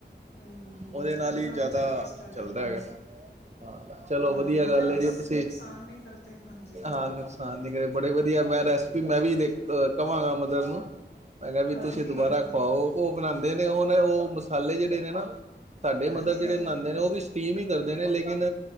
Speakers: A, on the left; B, on the right.
A: ਹੂੰ ਹੂੰ
B: ਉਹਦੇ ਨਾਲ ਹੀ ਜ਼ਿਆਦਾ
A: ਅੱਛਾ ਟੇਸਟ ਆ ਜਾਂਦਾ
B: ਚੱਲਦਾ ਹੈਗਾ। ਹਾਂ, ਚਲੋ
A: ਹਾਂ
B: ਵ
A: ਨਾਲੇ
B: ਗੱਲ
A: ਨੁਕਸ
B: ਜੀ, ਤੁਸੀਂ,
A: ਨੁਕਸਾਨ ਨਹੀਂ ਕਰਦੇ ਹਾਂਜੀ
B: ਹਾਂ! ਨੁਕਸਾਨ ਨ ਕਰੇ। ਬੜੇ ਵਧੀਆ, ਮੈਂ ਰ ਵੀ, ਮੈਂ ਵੀ ਦੇਖ, ਕਹਾਂਗਾ ਮਦਰ ਨੂੰ ਮੈਂ ਕਿਹਾ ਵੀ
A: ਹਾਂਜੀ
B: ਤੁਸੀਂ ਦੁਬਾਰਾ
A: ਹਾਂਜੀ
B: ਖਵਾਓ, ਉਹ ਬਣਾਉਦੇ ਨੇ ਉਹੁ ਨੇ, ਉਹ ਮਸਾਲੇ ਜਿਹੜੇ ਨੇ ਨਾ ਸਾਡੇ ਮਦਰ
A: ਹਾਂਜੀ
B: ਜਿਹੜੇ
A: ਹਾਂਜੀ
B: ਬਨਾਂਨਦੇ
A: ਹਾਂਜੀ
B: ਨੇ, ਉਹ ਵੀ ਟੀਮ ਹੀ ਕਰਦੇ ਨੇ, ਲੇਕਿਨ